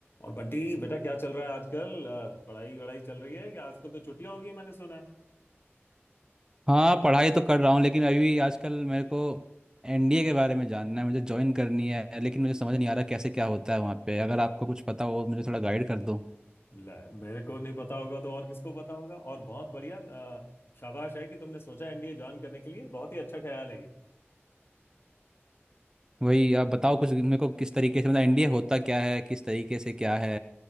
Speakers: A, on the left (about 55°); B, on the right (about 15°).
A: और बंटी बेटा क्या चल रहा है आजकल अ, पढ़ाई वढ़ाई चल रही है कि आजकल तो छुट्टियां होगी मैंने सुना है
B: हाँ पढ़ाई तो कर रहा हूँ लेकिन अभी आजकल मेरे को एनडीए के बारे में जानना है मुझे ज्वाइन करनी है लेकिन मुझे समझ नहीं आ रहा कैसे क्या होता है वहाँ पे अगर आपको कुछ पता हो मुझे थोड़ा गाइड कर दो
A: ले, मेरे को नहीं पता होगा तो और किसको पता होगा और बहुत बढ़िया अ, शाबाश है कि तुमने सोचा एनडीए ज्वाइन करने के लिए बहुत ही अच्छा ख्याल है ये
B: वही आप बताओ कुछ मेरे को किस तरीके से मतलब एनडीए होता क्या है किस तरीके से क्या है